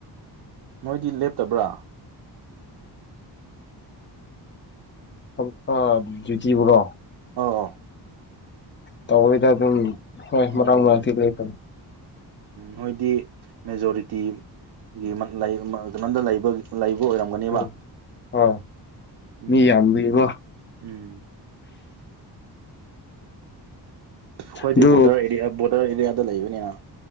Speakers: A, on the right (about 65°); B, on the left (about 25°).
A: ꯅꯣꯏꯗꯤ ꯂꯦꯞꯇꯕ꯭ꯔꯥ
B: <unintelligible> ꯑ ꯗ꯭ꯌꯨꯇꯤꯕꯨꯔꯣ
A: ꯑꯧ
B: ꯇꯧꯋꯦꯗ ꯑꯗꯨꯝ ꯍꯣꯏ
A: ꯎꯝ
B: ꯃꯔꯛ ꯃꯔꯛꯇꯤ ꯂꯦꯞꯄ
A: ꯅꯣꯏꯗꯤ ꯃꯦꯖꯣꯔꯤꯇꯤꯒꯤ <unintelligible> ꯀꯩꯅꯣꯗ ꯂꯩꯕ ꯂꯩꯕ ꯑꯣꯏꯔꯝꯒꯅꯤꯕ
B: ꯎꯝ ꯍꯣꯏ
A: ꯎꯝ
B: ꯃꯤ ꯌꯥꯝꯕꯒꯤꯀꯣ
A: ꯎꯝ ꯑꯩꯈꯣꯏꯗꯤ
B: ꯑꯗꯨ
A: ꯕꯣꯔꯗꯔ ꯑꯦꯔꯤꯌꯥ ꯕꯣꯔꯗꯔ ꯑꯦꯔꯤꯌꯥꯗ ꯂꯩꯕꯅꯤꯅ